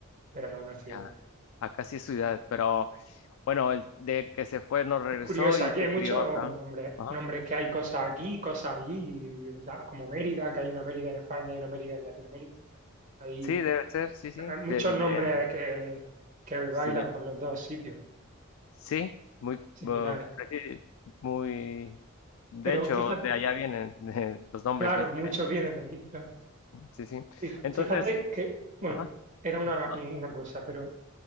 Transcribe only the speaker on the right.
pero no es una ciudad.
Es curioso,
aquí
hay muchos
nombres,
nombres que hay cosas aquí, cosas allí, la- como Mérida, que hay una Mérida en España y una Mérida en Latinoamérica. Hay,
hay muchos
nombres
que, que bailan
por los dos sitios
similares.
Pero
fíjate,
claro,
muchos vienen de allí, claro.
Fija-
Fíjate que, bueno,
era una,
una cosa, pero